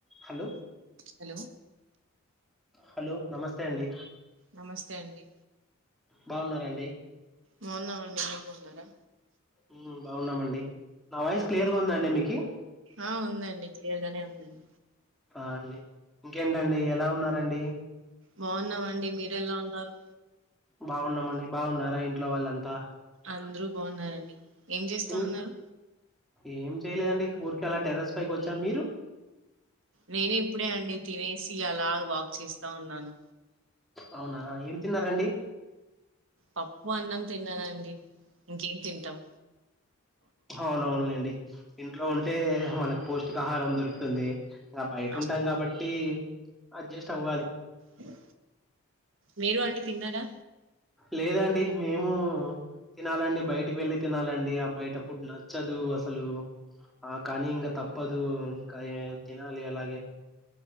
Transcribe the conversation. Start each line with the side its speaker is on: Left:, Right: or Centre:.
Centre: Hello
Right: hello
Centre: hello నమస్తే అండి
Right: నమస్తే అండి
Centre: బాగున్నారా అండి
Right: బాగున్నామండి మీరు బాగున్నారా
Centre: ఉమ్ బాగున్నామండి నా వాయిస్ క్లియర్గా ఉందా అండి మీకి
Right: ఆ ఉందండి క్లియర్ గానే ఉందండి
Centre: ఆ అండి ఇంకేంటండి ఎలా ఉన్నారండి
Right: బాగున్నామండి మీరు ఎలా ఉన్నారు
Centre: బాగున్నామండి బాగున్నారా ఇంట్లో వాళ్లాంతా
Right: అందరూ బాగున్నారండి ఏం చేస్తా
Centre: తిన్
Right: ఉన్నారు
Centre: ఏం చేయలేదండి ఊరికే అలా టెర్రస్ పైకి వచ్చా మీరు
Right: నేను ఇప్పుడే అండి తినేసి అలా వాక్ చేస్తా ఉన్నాను
Centre: అవునా ఏం తిన్నారండి
Right: పప్పు అన్నం తిన్నానండి ఇంకేం తింటాం
Centre: అవునవునులేండి ఇంట్లో ఉంటే మనకు పౌష్టికాహారం దొరుకుతుంది ఇగ బయట
Right: అవును
Centre: ఉంటాం కాబట్టి అడ్జస్ట్ అవ్వాలి
Right: ఉహూ మీరు అండి తిన్నారా
Centre: లేదండి మేము తినాలండి బయటకి వెళ్లి తినాలండి ఆ బయట ఫుడ్ నచ్చదు అసలు ఆ కానీ ఇంకా తప్పదు ఇంకా తినాలి అలాగే